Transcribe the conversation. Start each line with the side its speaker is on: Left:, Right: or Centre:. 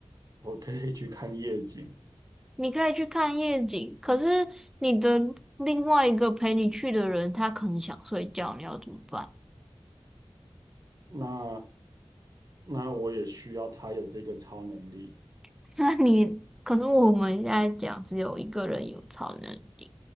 Right: 我可以去看夜景。
Centre: 你可以去看夜景，可是你的另外一个陪你去的人，他可能想睡觉，你要怎么办？
Right: 那那我也需要他有这个超能力。
Centre: <laughs> 那你，可是我们现在讲只有一个人有超能力，